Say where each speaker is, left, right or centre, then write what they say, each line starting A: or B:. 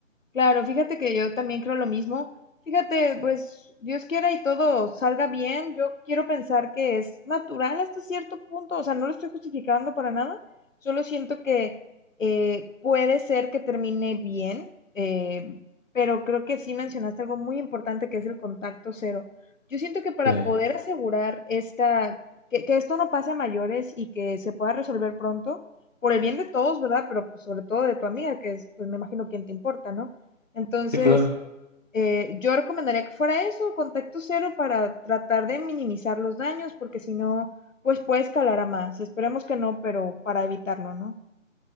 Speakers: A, on the left; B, on the left.
A: Claro, fíjate que yo también creo lo mismo. Fíjate, pues Dios quiera y todo salga bien. Yo quiero pensar que es natural hasta cierto punto, o sea, no lo estoy justificando para nada. Solo siento que eh, puede ser que termine bien, eh, pero creo que sí mencionaste algo muy importante que es el contacto cero. Yo siento que para
B: Sí,
A: poder asegurar esta, que, que esto no pase a mayores y que se pueda resolver pronto, por el bien de todos, ¿verdad? Pero pues, sobre todo de tu amiga, que es, pues me imagino, quien te importa, ¿no? Entonces,
B: sí, claro.
A: eh, yo recomendaría que fuera eso, contacto cero para tratar de minimizar los daños, porque si no, pues puede escalar a más. Esperemos que no, pero para evitarlo, ¿no?